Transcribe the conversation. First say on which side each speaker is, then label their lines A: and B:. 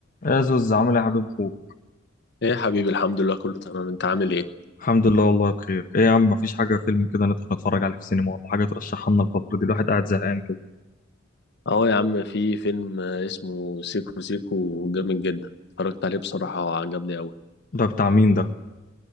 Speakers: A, on the left (about 45°); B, on the left (about 60°).
A: يا زوز عامل ايه يا حبيب اخوك
B: ايه يا حبيبي الحمد لله كله تمام انت عامل ايه
A: الحمد لله والله بخير ايه يا عم مفيش حاجه فيلم كده ندخل نتفرج عليه في السينما ولا حاجه ترشحها لنا الفتره دي الواحد قاعد زهقان كده
B: اهو يا عم في فيلم اسمه سيكو سيكو جامد جدا اتفرجت عليه بصراحة وعجبني قوي
A: ده بتاع مين ده